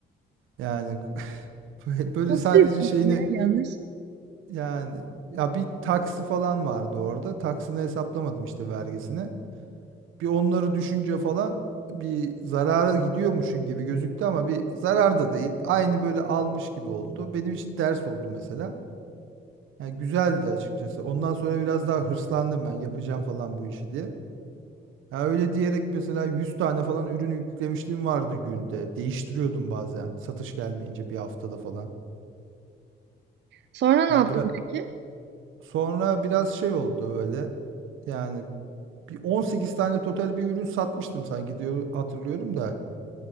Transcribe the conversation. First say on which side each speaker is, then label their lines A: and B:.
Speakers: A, on the right; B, on the right.
A: Yani <laughs> böyle böyle
B: Nasıl
A: sadece
B: yapıyorsun
A: şeyini
B: ya yanlış.
A: yani ya bir taksi falan vardı orada. Taksini hesaplamadım işte vergisini. Bir onları düşünce falan bir zarara gidiyormuşum gibi gözüktü ama bir zarar da değil. Aynı böyle almış gibi oldu. Benim için ders oldu mesela. Ya güzeldi açıkçası. Ondan sonra biraz daha hırslandım ben yapacağım falan bu işi diye. Ya öyle diyerek mesela 100 tane falan ürün yüklemişliğim vardı günde. Değiştiriyordum bazen satış gelmeyince bir haftada falan.
B: Sonra ne
A: Yani
B: yaptın
A: biraz
B: peki?
A: sonra biraz şey oldu böyle. Yani bir 18 tane total bir ürün satmıştım sanki diyor hatırlıyorum da.